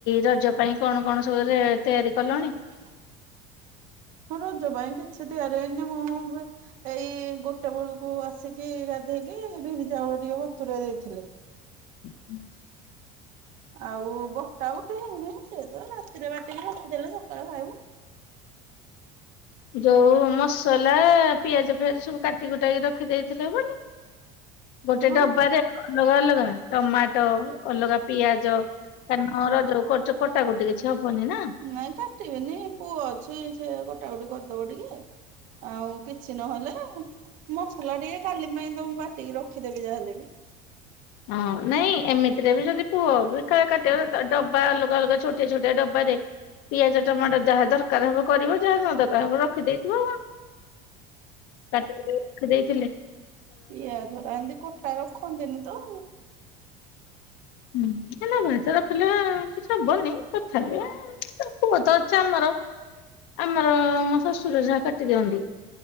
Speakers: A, on the left; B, on the right.
A: ରଜ ପାଇଁ କଣ କଣ ସବୁ ତିଆରି କଲଣି?
B: ହ <inaudible> ହଁ ରଜ ପାଇଁ କିଛି ତିଆରି ହେଇନି ମୁଁ ବି ଏଇ ଗୋଟେ ବେଳକୁ ଆସିକି ଗାଧେଇକି ବିରି ଚାଉଳ ଟିକେ ବତୁରେଇ ଦେଇଥିଲି।
A: ହୁଁ <inaudible>
B: ଆଉ ବଟା ବଟା ହେଇନି ସେ ତ ରାତିରେ ବାଟିକି ରଖିଦେଲେ ସକାଳୁ ଖାଇବୁ।
A: ଯଉ
B: ବଟା
A: ମସ୍ ମସଲା ପିଆଜ, ଫିଆଜ ସବୁ କାଟି କୁଟାକି ରଖିଦେଇଥିଲେ ହବନି? ଗୋଟେ
B: ହଁ
A: ଡବାରେ ଅଲଗା, ଅଲଗା ଟମାଟୋ ଅଲଗା, ପିଆଜ କାରଣ ରଜ କଟା କଟି କିଛି ହବନି ନା।
B: ନାଇଁ ବା କାଟିବିନି ପୁଅ ଅଛି ସେ କଟା କଟି କରିଦବ, ଟିକେ ଆଉ କିଛି କିଛି ନହେଲେ ମସଲା ଟିକେ କାଲି ପାଇଁ ତ ମୁଁ ବାଟିକି ରଖିଦବି ଯାହା ହେଲେବି
A: ହଁ ନାଇଁ ଏମିତିରେ ବି ଯଦି ପୁଅ ବି କାଟ ଡବା ଅଲଗା ଅଲଗା ଛୋଟିଆ ଛୋଟିଆ ଡବାରେ ପିଆଜ, ଟମାଟର ଯାହା ଦରକାର ହବ କରିବ ଯାହା ନ ଦରକାର ହବ ରଖିଦେଇଥିବ <unintelligible> କାଟିକୁଟିକି ରଖି ଦେଇେଥିଲେ
B: ପିଆଜ ହରା ଏମିତି କଟା ରଖନ୍ତିନି ତ?
A: ହୁଁ <unintelligible> ରଖିଲେ କିଛି ହବନି ତଥାପି <unintelligible> ଅଛି ଆମର, ଆମର ଆମ ଶଶୁର ଯାହା କାଟି ଦିଅନ୍ତି,